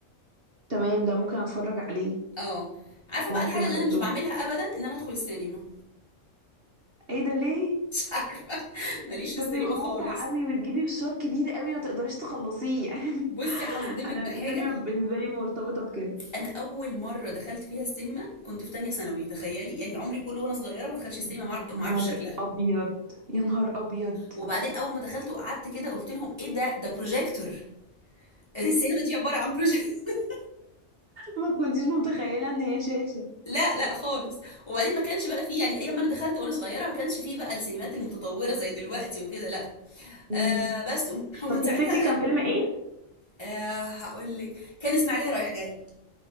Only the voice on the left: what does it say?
اه عارفة
بقى الحاجة
اللي انا
مش بعملها ابدا ان انا ادخل السينما
<laughs> مش عارفة ماليش
في السينما
خالص
بصي
هصدمك
بحاجه
انا اول مره دخلت فيها السينما كنت في تانية ثانوي تخيلي يعني عمري كله وانا صغيره ما دخلش السينما
معر-
ما اعرفش شكلها
وبعدين اول ما دخلت وقعدت كده قلت لهم ايه ده ده بروجيكتور <laughs> السينما دي عباره عن بروجيكتور <laughs>
لا لا خالص وبعدين ما كانش بقى فيه يعني ايام ما انا دخلت وانا صغيره ما كانش فيه بقى السينمات المتطوره زي دلوقتي وكده لا
آه بس ومن
ساعتها انا
آه هقول لك كان اسماعيليه رايح جاي